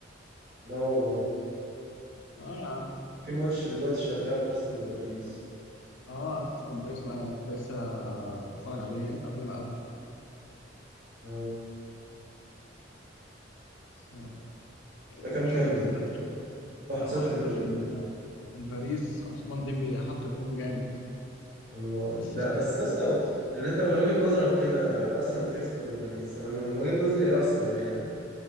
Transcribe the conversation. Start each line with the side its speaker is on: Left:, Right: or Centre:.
Right: لا والله
Left: اه يا عم
Right: في ماتش دلوقتي شغال ارسنال وباريس
Left: اه اصلا بايس انا كنت لسه بتفرج عليه قبل ما اقابله
Right: اه.
Left: بس، آه،
Right: ده كام
Left: شفت
Right: كام ده
Left: انت تش-
Right: 1-0
Left: آه، واحد
Right: باريس
Left: صفر ال- الباريس عثمان ديمبلي حط جون جامد
Right: والله
Left: اسيست
Right: لا بس يا اسطى يعني انت من وجهة نظرك كده ارسنال تكسب ولا باريس انا من وجهة نظري ارسنال يعني